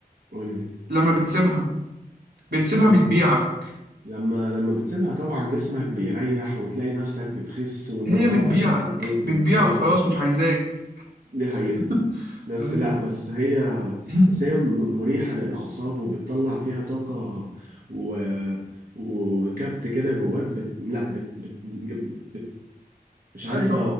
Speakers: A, on the right (about 60°); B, on the right (about 85°).
A: قول لي
B: لما بتسيبها بتسيبها
A: اه
B: بتبيعك
A: طبعا لما لما بتسيبها طبعا جسمك بيريح وتلاقي نفسك بتخس والموضوع
B: هي بتبيعك
A: بقى سخيف قوي معاك.
B: بتبيعك
A: دي
B: خلاص
A: حقيقة
B: مش عايزاك
A: دي حقيقة
B: <laughs>
A: بس
B: ايوه
A: لا بس هي
B: <clears throat>
A: بس هي م- مريحة للأعصاب وبتطلع فيها طاقة و... وكبت كده جواك بت... لا بت... بت... بت... مش عارف
B: ايوه
A: أ-